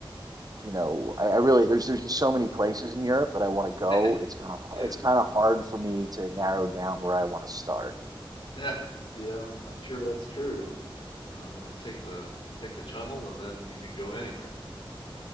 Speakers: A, on the right; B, on the left.
A: you know, I, I really there's there's just so many places in Europe that I want to go.
B: <laughs>
A: It's kind of
B: yeah,
A: it's kind of hard for me to narrow down where I want to start.
B: yeah, yeah. I'm sure that's true. Uh, take the take the tunnel and then you can go anywhere.